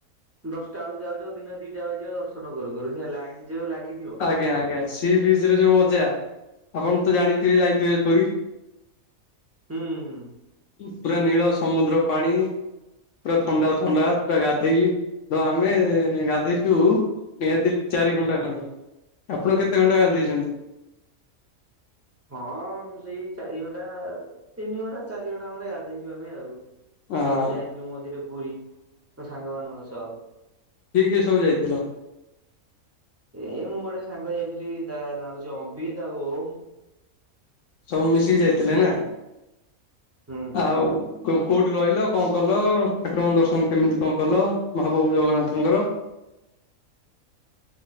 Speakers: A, on the right; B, on the left.
A: ଦଶଟା ବେଳକୁ ଯାଉ ଯାଉ ଦିନ ଦିଟା ବାଜିବ ଦର୍ଶନ କରୁ କରୁ। ସେ ଲାଇନ ଯୋଉ ଲାଗିଥିବ।
B: ଆଜ୍ଞା ଆଜ୍ଞା ସି ବିଚ ରେ ଯୋଉ ମଜା ଆପଣ ତ ଜାଣିଥିବେ ଯାଇଥିବେ ପୁରୀ।
A: ହୁଁ ହୁଁ।
B: ପୁରା ନୀଳ ସମୁଦ୍ର ପାଣି। ପୁରା ଥଣ୍ଡା ଥଣ୍ଡା ପୁରା ଗାଧେଇକି ତ ଆମେ ଗାଧେଇଛୁ ନିହାତି ଚାରି ଘଣ୍ଟା ଖଣ୍ଡେ ଆପଣ କେତେ ଘଣ୍ଟା ଗାଧେଇଛନ୍ତି?
A: ହଁ ସେଇ ଚାରି ଘଣ୍ଟା ତିନି ଘଣ୍ଟା ଚାରି ଘଣ୍ଟା ଖଣ୍ଡେ ଗାଧେଇଚୁ ଆମେ ଆଉ।
B: ହଁ
A: ଆମେ ଯାଇଥିଲୁ ମଝିରେ ପୁରୀ ତ ସାଙ୍ଗ ମାନଙ୍କ ସହ।
B: କିଏ କିଏ ସବୁ ଯାଇଥିଲ?
A: ଏଇ ମୁଁ ଗୋଟେ ସାଙ୍ଗ ଯାଇଥିଲି ତା ନାଁ ହଉଛି ଆମ୍ବିତ ଆଉ ଓମ୍।
B: ସବୁ ମିଶିକି ଯାଇଥିଲେ ନା
A: ହୁଁ
B: ଆଉ। କୋ କୋଉଠି ରହିଲ କଣ କଲ ଠାକୁରଙ୍କ ଦର୍ଶନ କେମିତି କଣ କଲ ମହାପ୍ରଭୁ ଜଗନ୍ନାଥଙ୍କର।